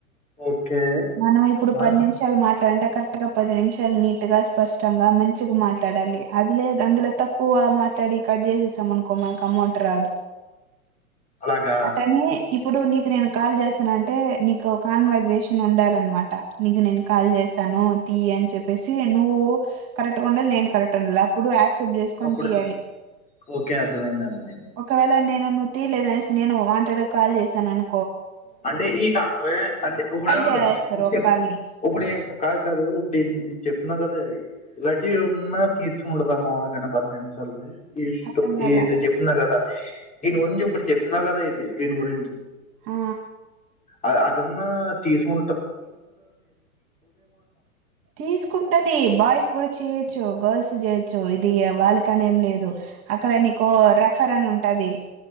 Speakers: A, on the left; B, on the right.
A: ఓకే.
B: మనం ఇప్పుడు
A: బాను
B: పది నిమిషాలు మాట్లాడంట కరెక్ట్ గా పది నిమిషాలు నీట్ గా స్పష్టంగా మంచిగా మాట్లాడాలి అదిలే అందులో తక్కువ మాట్లాడి కట్ చేసేసాం అనుకో మనకు అమోటర్ రాదు
A: అలాగా
B: అటనే ఇప్పుడు నీ నేను కాల్ చేస్తానంటే నీకు కాన్వర్సేషన్ ఉండాలనమాట నీకు నేను కాల్ చేస్తాను తీి అని చెప్పేసి నువ్వు కరెక్ట్ ఉండాలి నేను కరెక్ట్ ఉండడు ట్ చేసుకొని
A: అప్పుడు
B: తీయాలి
A: ఓకే. అర్థమైంది. అర్థమైంది.
B: ఒకవేళ నేను నువ్ తీయలేద అనేసి నేను మాంటా కాల్ చేశాను అను
A: అంటే ఈ కా అండ్ర అంటే ఇప్పుడు
B: కట్ చేసేస్తారు
A: చె
B: ఒక కాల్ని
A: ఇప్పుడు కాదు కాదు ఇప్పుడు ఇది చెప్తున్నాం కదా అదే ఇలాంటివి ఉన్నా పీసు ఉంటదా మాముళకైనా పద్దనామి సాల <unintelligible> ఇష్ట
B: అర్థం కాల
A: ఇది చెప్తుిన కదా దీని గురించి ఇప్పుడు చెప్తున్నా కదా ఇది దీని గురించి
B: ఆ
A: అందున్న తీసుకు
B: తీసుకుంటది బాయ్స్ కూడా చేయొచ్చు గర్ల్స్ చేయొచ్చు ఇది వాళ్ళకని ఏం లేదు అక్కడ నీకు రిఫర్ అని ఉంటాది